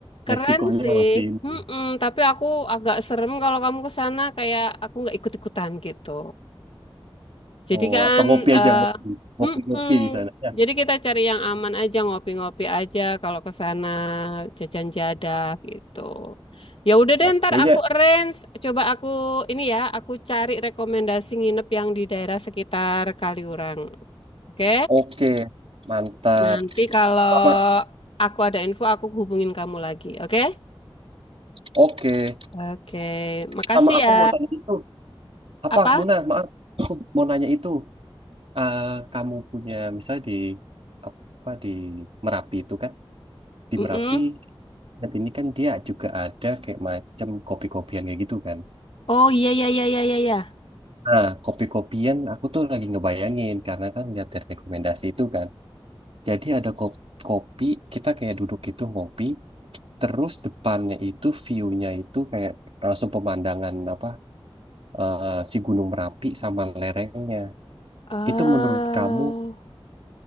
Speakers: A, on the left; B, on the right.
A: keren
B: Resikonya
A: sih.
B: masih ini.
A: Mm-mm, tapi aku agak serem kalau kamu ke sana kayak aku nggak ikut-ikutan gitu. Jadi
B: Oh,
A: kan
B: atau ngopi
A: eh
B: aja, ngopi. Ngopi-ngopi
A: mm-mm,
B: di sana. Ya,
A: jadi kita cari yang aman aja, ngopi-ngopi aja kalau ke sana jajan jadah
B: Ah,
A: gitu. Ya udah
B: siap.
A: deh ntar
B: Kayaknya
A: aku arrange, coba aku ini ya, aku cari rekomendasi nginep yang di daerah sekitar Kaliurang. Oke?
B: oke. Mantap.
A: Nanti kalau
B: Sama,
A: aku ada info, aku hubungin kamu lagi, oke?
B: oke.
A: Oke, makasih
B: Sama aku
A: ya.
B: mau tanya itu. Apa,
A: Apa?
B: Muna? Maaf. Aku mau nanya itu. Eh, kamu punya, misalnya di, apa, di Merapi itu kan. Di
A: Mm-mm.
B: Merapi, saat ini kan dia juga ada kayak macam kopi-kopian kayak gitu kan.
A: Oh iya iya iya iya iya. iya.
B: Nah, kopi-kopian aku tuh lagi ngebayangin. Karena kan lihat dari rekomendasi itu kan. Jadi ada ko- kopi, kita kayak duduk gitu ngopi, terus depannya itu view-nya itu kayak langsung pemandangan apa eh, si Gunung Merapi sama lerengnya.
A: Eh,
B: Itu menurut kamu